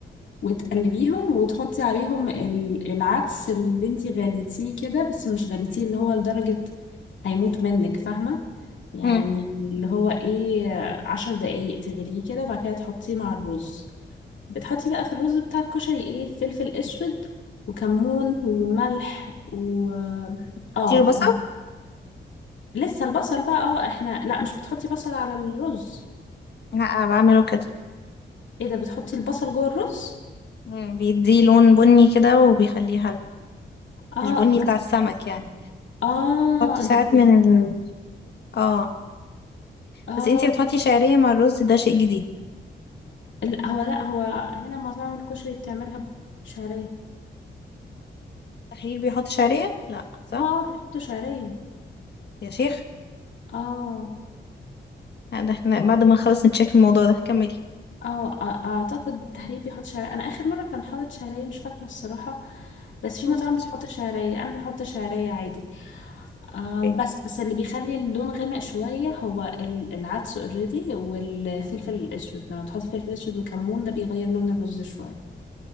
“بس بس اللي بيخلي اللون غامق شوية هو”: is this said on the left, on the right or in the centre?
Left